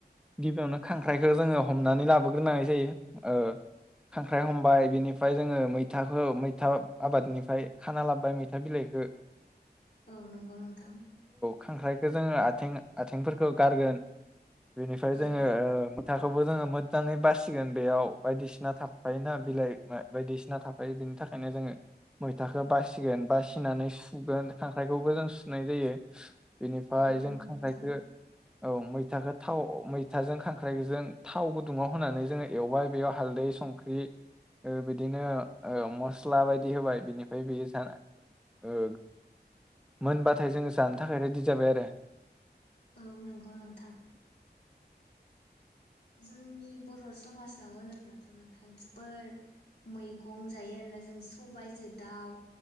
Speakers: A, in the centre; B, on the left.
A: गिबियावनो खांख्राइखौ जोङो हमनानै लाबोग्रोनाय जायो ओ खांख्राइ हमबाय बिनिफ्राय जोङो मैथाखौ मैथा आबादनिफ्राय खाना लाबोबाय मैथा बिलाइखो
B: औ नंगौ नोंथां।
A: खांख्राइखौ जोङो आथिं आथि फोरखौ गारगोन बेनिफ्राय
B: औ
A: जोङो ओ थाखौबो जोङो मोजाङै बासिगोन बेयाव बायदिसि सिना थाफायोना बिलाइ बायदिसिना थाफायो बिनि थाखायनो जोङो मैथाखौ बासिगोन बासिनानै सुगोन खांख्राइखौबो जों सुनाय जायो बिनिफाय
B: औ नंगौ
A: जों खांख्राइखो
B: नोंथां
A: औ मैथाखौ थाव मैथाजों खांख्राइजों थाव गुदुङाव होनानै जोङो एवबाय बेयाव हालदै संख्रि ओ बिदिनो मस्ला बायदि होबाय बिनिफाय बेयो ज ओ मोनबाथाय जोङो जानो थाखाय रेडि जाबाय आरो।
B: औ नंगौ नोंथां। जोंनि बर' समाजाव होनोब्लाथ' नोंथां जोबोर मैगं जायो आरोना जों सबायजों दाउ